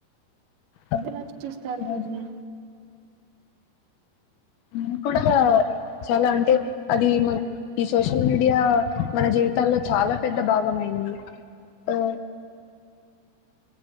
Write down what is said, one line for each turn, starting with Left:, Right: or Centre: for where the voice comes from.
Left: ఆ,
Right: మీర్ ఏలా చూస్తారు
Left: ఈరోజు
Right: దీన్ని
Left: హ్మ్ కూడా చాలా అంటే అది మన ఈ సోషల్ మీడియా మన జీవితాల్లో చ్ ఆల్లా పెద్ద భాగం అయింది ఆ